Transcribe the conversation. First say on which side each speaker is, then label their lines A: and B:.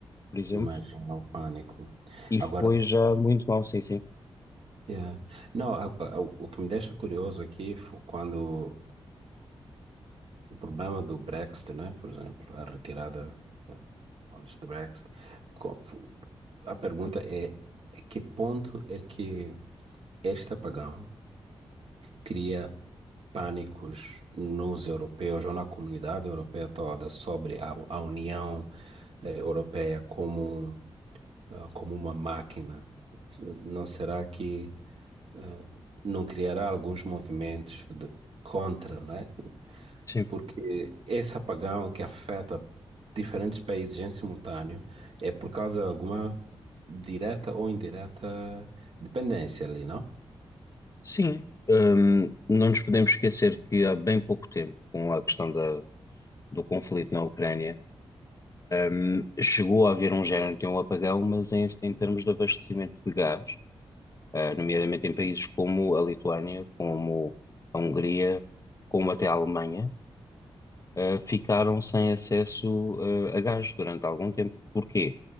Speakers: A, on the left; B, on the right.
A: por exemplo,
B: Imagina o pânico.
A: e
B: Agora,
A: foi já muito mal, sim, sim.
B: eh, não, a- a- o que me deixa curioso aqui foi quando o problema do Brexit, né? Por exemplo, a retirada. eh, antes do Brexit. Co- fu- A pergunta é, a que ponto é que este apagão cria pânicos nos europeus ou na comunidade europeia toda sobre a, a União eh, Europeia como, ah, como uma máquina? Não será que ah, não criará alguns movimentos de- contra, né?
A: Sim.
B: porque esse apagão que afeta diferentes países em simultâneo é por causa de alguma direta ou indireta dependência ali, não?
A: Sim. Hum, não nos podemos esquecer que há bem pouco tempo, com a questão da, do conflito na Ucrânia, hum, chegou a haver um género de um apagão, mas em, em termos de abastecimento de gás, eh, nomeadamente em países como a Lituânia, como a Hungria, como até a Alemanha, eh, ficaram sem acesso, eh, a gás durante algum tempo. Porquê?